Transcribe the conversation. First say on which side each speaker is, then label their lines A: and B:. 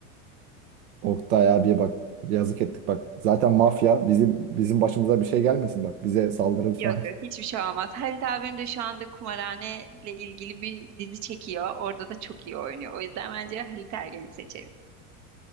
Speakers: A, on the right (about 75°); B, on the right (about 40°).
A: Oktay abiye bak yazık ettik bak zaten mafya bizim bizim başımıza bir şey gelmesin bak bize saldırır falan.
B: Yok yok
A: <laughs>
B: hiçbir şey olmaz. Halit abim de şu anda kumarhane ile ilgili bir dizi çekiyor. Orada da çok iyi oynuyor. O yüzden bence Halit Ergen'i seçelim.